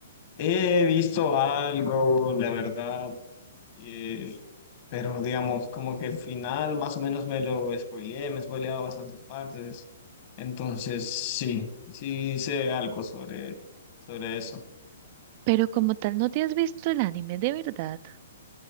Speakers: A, on the left; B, on the right.
A: he visto algo, la verdad, eh, pero digamos, como que el final más o menos me lo spoileé, me he spoileado bastantes partes. Entonces, sí, sí sé algo sobre, sobre eso.
B: pero como tal no te has visto el anime de verdad. <gasps>